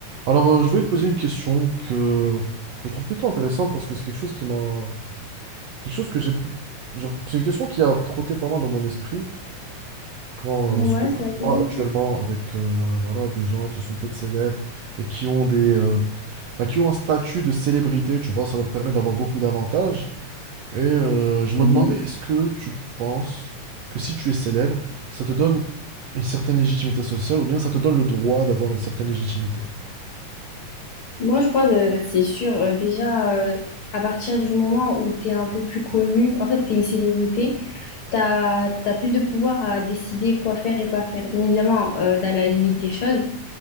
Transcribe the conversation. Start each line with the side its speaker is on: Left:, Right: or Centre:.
Right: Alors, euh, je voulais te poser une question que, que je trouve plutôt intéressante parce que c'est quelque chose qui m'a. Quelque chose que j'ai pu. genre, c'est une question qui a trotté pas mal dans mon esprit, quand,
Left: Ouais,
Right: euh, surtout
Left: c'est
Right: quand
Left: laquelle?
Right: je vois actuellement avec euh, voilà, des gens qui sont peut-être célèbres et qui ont des, euh, bah, qui ont un statut de célébrité, tu vois, ça leur permet d'avoir beaucoup d'avantages. Et euh, je
Left: Mhm.
Right: me demandais, est-ce que tu penses que si tu es célèbre, ça te donne une certaine légitimité sociale ou bien ça te donne le droit d'avoir une certaine légitimité?
Left: Moi, je crois, euh, c'est sûr, euh, déjà, euh, à partir du moment où tu es un peu plus connu, en fait, tu es une célébrité, tu as, plus de pouvoir à décider quoi faire et pas faire. Bien évidemment, euh, dans la limite des choses,